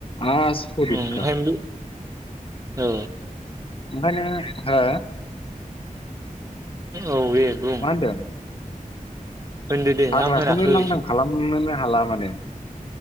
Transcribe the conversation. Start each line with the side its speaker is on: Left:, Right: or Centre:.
Left: आस'रिथखा।
Right: उम ओंखायनो औ
Left: ओंखायनो, हो?
Right: औ बेे बुं।
Left: मा होनदों
Right: होनदो दे
Left: हाग्राखौनो
Right: आं होनाखै
Left: लांदां खालामनोनो हाला माने।